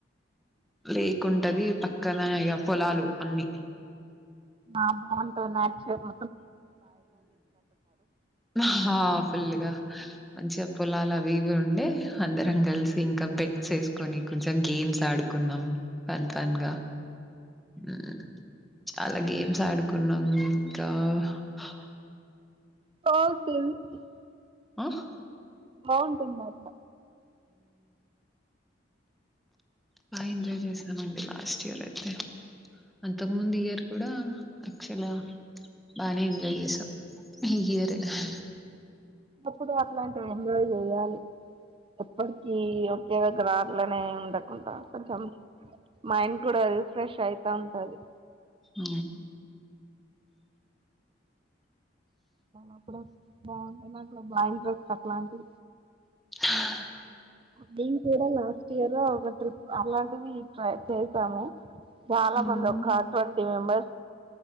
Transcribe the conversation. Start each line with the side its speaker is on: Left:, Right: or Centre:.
Centre: లేకుంటది పక్కన ఇగ పొలాలు అన్ని
Right: ఆ బాగుంటది నాచురల్
Centre: ఆ హా ఫుల్గా మంచిగా పొలాలు అవి ఇవి ఉండే అందరం కలిసి ఇంకా బెట్స్ వేసుకొని కొంచెం గేమ్స్ ఆడుకున్నాం ఫన్ ఫన్గా హ చాలా గేమ్స్ ఆడుకున్నామ్ ఇంకా హ
Right: బా స్థాది
Centre: అహ్
Right: బావుంటది మా అత్త
Centre: బా ఎంజాయ్ చేసామండి లాస్ట్ ఇయర్ అయితే అంతకు ముందు ఇయర్ కూడా క్చుల్ బానేంది యేస హ అహ్
Right: అప్పుడు అట్లాంటివి ఎంజాయ్ చెయాలి ఎప్పడికీ ఏదో గ్రాట్లనే ఉండకుండా కొంచెం మైండ్ కూడా రిఫ్రెష్ అయితా ఉం అది
Centre: అ
Right: అప్పుడప్పు బాగుంద నా నాక్ బా ఇంట్రెస్ట్ అట్లాది
Centre: హ్
Right: బీన్ కూడా నా ఇయర్ లో ఒక ట్రిప్ అట్లాంటిది ట్రై చేసాము చాలా
Centre: హ్మ్.
Right: మంది ఒక ట్వంటీ మెంబర్స్